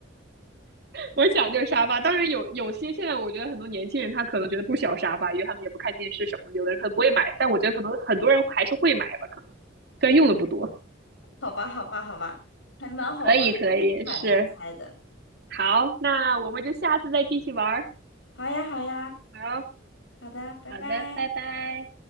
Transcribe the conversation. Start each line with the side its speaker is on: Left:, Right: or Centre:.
Right: 我讲就是沙发，当然有有些现在我觉得很多年轻人他可能觉得不需要沙发，因为他们也不看电视什么的，有的人可能不会买，但我觉得可能很多人还是会买吧，可能虽然用的不多。
Left: 好吧，好吧，好吧，还蛮好玩儿的，
Right: 可以可以，
Left: 蛮难猜的。
Right: 是好，那我们就下次再继续玩儿。
Left: 好呀，好呀，
Right: 好，
Left: 好的，拜拜。
Right: 好的，拜拜。